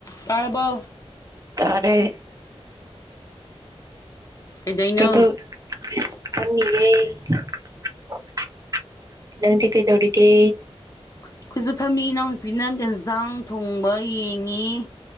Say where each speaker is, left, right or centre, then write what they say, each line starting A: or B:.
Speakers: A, on the left; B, on the right.
A: ꯇꯥꯔꯕꯣ
B: ꯇꯥꯔꯦ
A: ꯀꯗꯩꯅꯣ
B: ꯀꯩꯗꯧ ꯐꯝꯃꯤꯌꯦ ꯅꯪꯗꯤ ꯀꯩ ꯇꯧꯔꯤꯒꯦ
A: ꯑꯩꯈꯣꯏꯁꯨ ꯐꯝꯃꯤ ꯏꯅꯥꯎꯅꯨꯄꯤꯅ ꯌꯦꯟꯖꯥꯡ ꯊꯣꯡꯕ ꯌꯦꯡꯉꯤ